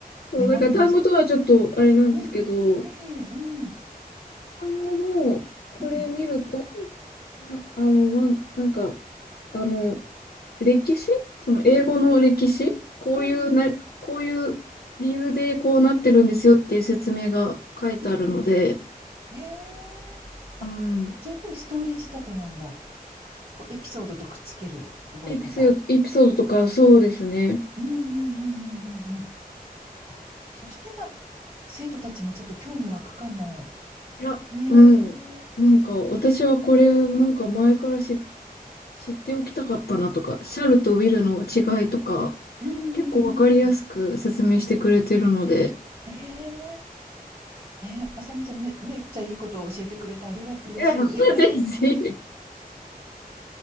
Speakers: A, on the left; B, on the right.
A: そう、
B: メモりました。
A: なんか単語とはちょっとあれなんですけど、
B: うん。ええ、うん。う
A: 単語もこれ見ると、
B: ん。
A: な、あの、なん、なんか、あの、歴史その英語の歴史こういうな、
B: うんうん。うんうんうん。
A: こういう理由でこうなってるんですよっていう説明が書いてあるので、
B: うんうんうんうんへえ。
A: うん。
B: あ、じゃ、やっぱりストーリー仕立てなんだ。こうエピソードとくっつける覚え方。
A: エピソード、エピソードとかそうですね。
B: うんうんうんうんうんうん。あ、そしたら、生徒たちもちょっと興味湧くかも。
A: いや、
B: ねえ。
A: うん。なんか私はこれなんか前から知、知っておきたかったなとか、シャルとウィルの違いとか、
B: うんうんうんうん。
A: 結構わかりやすく説明してくれてるので、
B: ええ、えー、ねあさみちゃん、めめっちゃいいことを教えてくれてありが嬉しい。
A: いや、<laughs>
B: <laughs>
A: ぜひぜひ。